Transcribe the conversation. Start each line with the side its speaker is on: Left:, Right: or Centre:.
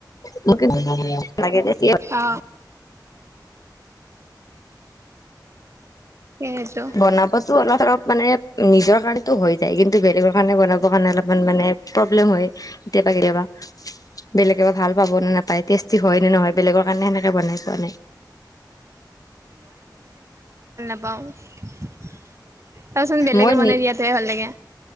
Left: মোক কিন্তু
Right: অ সেইটো
Left: বনাৱটো অলপ চলপ মানে নিজৰ কাৰণো হৈ যায় কিন্তু বেলেগৰ কাৰণে বনাব কাৰণে অলপমান মানে প্ৰব্লেম হয় কেতিয়াবা কেতিয়াবা
Right: <inaudible>
Left: বেলেগে বা ভাল পাব নে নাপায় টেষ্টি হয় নে নহয় বেলেগৰ কাৰণে সেনেকে বনাই পোৱা নাই
Right: চাবাচোন বেলেগে
Left: মই
Right: বনাই
Left: নি
Right: দিয়াতোহে ভাল লাগে।